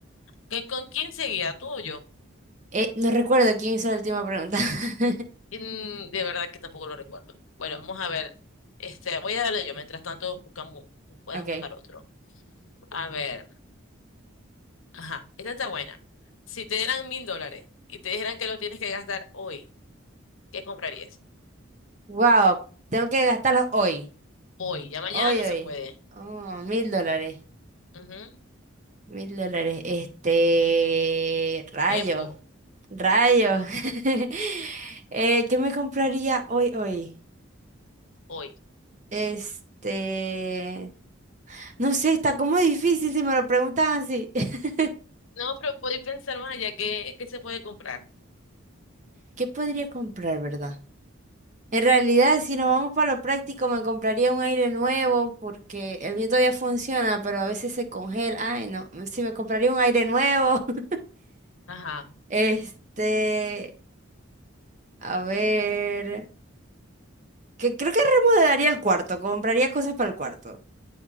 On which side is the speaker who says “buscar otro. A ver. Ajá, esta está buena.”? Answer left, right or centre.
Left